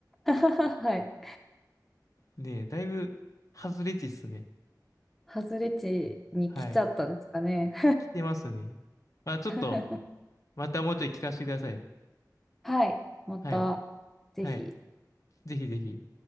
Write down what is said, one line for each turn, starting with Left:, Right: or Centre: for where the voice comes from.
Centre: <laughs> はい。
Left: ねえ、だいぶ外れ値っすね。
Centre: 外れ値に来ちゃったんですかね。
Left: はい。来てますね。まあちょっと、
Centre: <laughs>
Left: またもうちょい聞かせてくださいよ。
Centre: はい。また、
Left: はい。
Centre: ぜひ。
Left: はい。ぜひぜひ。